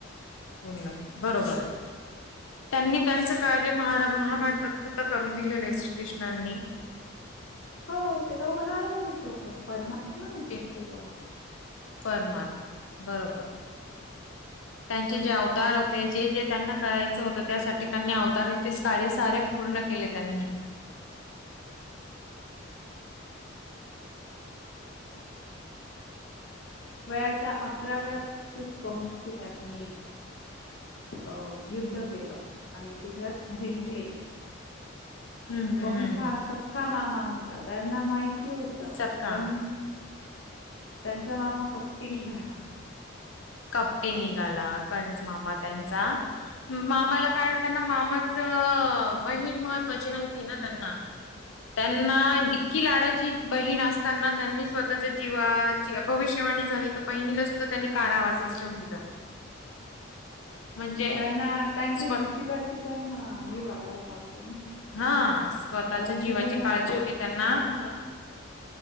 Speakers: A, on the left; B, on the left.
A: प <unintelligible> बरोबरय त्यांनी त्यांच कार्य मा महाभारतात सुद्धा करून दिलेलं आहे श्रीकृष्णांनी
B: हो ते तर होणारच होत परमात्मा आहे
A: ते
B: त शेवळ
A: परमात्मा बरोबर त्यांचे जेव अतार होते जे जे त्यांना करायचं होतं त्यासाठी त्यांनी अवतार ते कार्य सारे पूर्ण केले त्यांनी.
B: वयाच्या अकराव्या वषित कौनस त्यांनी अ युद्ध केलं आणि तुझ्यात जिंकले.
A: हम्म
B: कोौणसा
A: हम्म हम्म.
B: सक्का मामा होता त्यांना माहिती होत
A: सका
B: पण त्यांचा मामा कप्टीनी झााला
A: कपे निघाला कंच मामा त्यांचा मामाला कारण त्यांना मामा बहीण महत्त्वाची नव्हती ना त्यांना त्यांना इतकी लाडाची बहीण असताना त्यांनी स्वतःच्या जीवात भविष्यवाणी झाली तर बहिणीला सुद्धा त्यांनी कारावाजच ठेवन दिलं. म्हणजे
B: त्यांना त्यांच्या
A: स्व
B: जीवाची त्यांना हे वाटायला लागले ना
A: हा
B: ह
A: स्वतःच्या
B: आता मी
A: जीवाची
B: नाही राहा
A: काळजी
B: म्हणजे
A: होती
B: काजी
A: त्यांना
B: ना